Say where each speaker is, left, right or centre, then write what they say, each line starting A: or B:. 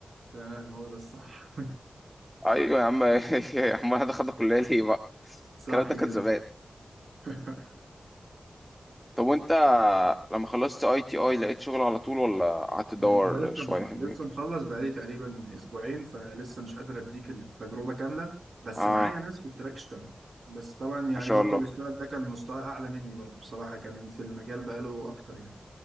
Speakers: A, on the right; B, in the centre.
A: تمام هو ده الصح
B: ايوه يا عم <laughs> يا عم احنا دخلنا كلية ليه بقى
A: صح
B: الكلام ده
A: كده
B: كان زمان
A: <laughs>
B: طب وانت لما خلصت اي تي اي لقيت شغل على طول ولا قعدت تدور
A: انا لسه
B: شوية حلوين
A: لسه مخلص بقالي تقريبا اسبوعين فلسه مش قادر اديك التجربه كامله بس
B: اه
A: معايا ناس في التراك اشتغل بس طبعا يعني
B: ما شاء
A: برضو
B: الله
A: اللي اشتغل ده كان مستوى اعلى مني برضو بصراحه كان في المجال بقاله اكتر يعني